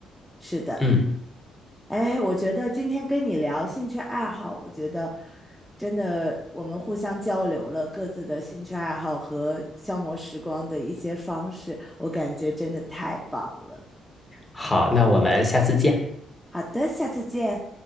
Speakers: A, in the centre; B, on the left (about 20°).
A: 是的。
B: 嗯。
A: 哎，我觉得今天跟你聊兴趣爱好，我觉得真的我们互相交流了各自的兴趣爱好和消磨时光的一些方式，我感觉真的太棒了。
B: 好，那我们下次见。
A: 好的，下次见。